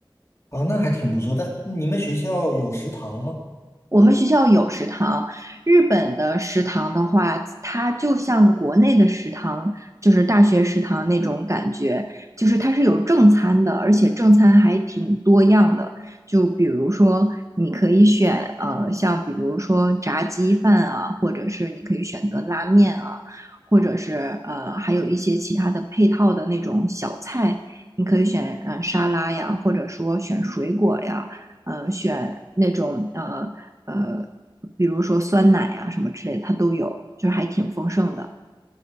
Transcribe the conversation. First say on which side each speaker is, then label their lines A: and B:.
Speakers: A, on the left; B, on the right.
A: 哦，那还挺不错的。但你们学校有食堂吗？
B: 我们学校有食堂，日本的食堂的话，它就像国内的食堂，就是大学食堂那种感觉，就是它是有正餐的，而且正餐还挺多样的。就比如说，你可以选呃，像比如说炸鸡饭啊，或者是你可以选择拉面啊，或者是呃，还有一些其他的配套的那种小菜，你可以选呃沙拉呀，或者说选水果呀。呃选那种呃呃，比如说酸奶啊什么之类的，它都有，就是还挺丰盛的。